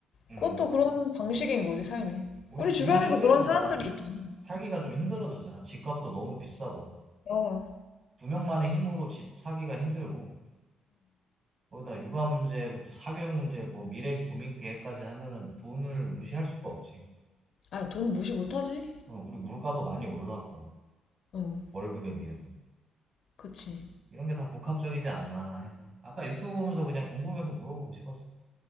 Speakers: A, on the right; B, on the left.
A: 음.
B: 그것도 그런 방식인 거지, 삶이.
A: 우리
B: 우리
A: 부모
B: 주변에도
A: 세대보다
B: 그런 사람들이 있잖아.
A: 살기가 좀 힘들어졌잖아. 집값도 너무 비싸고
B: 맞
A: 두 명만의 힘으로 집 사기가 힘들고. 거기다 육아 문제부터 사교육 문제, 뭐 미래 고민 계획까지 하면은 돈을 무시할 수가 없지.
B: 아, 돈 무시 못하지.
A: 어, 그리고 물가도 많이 올랐고,
B: 어.
A: 월급에 비해서.
B: 그치.
A: 이런 게 다 복합적이지 않나 해서. 아까 유튜브 보면서 그냥 궁금해서 물어보고 싶었어.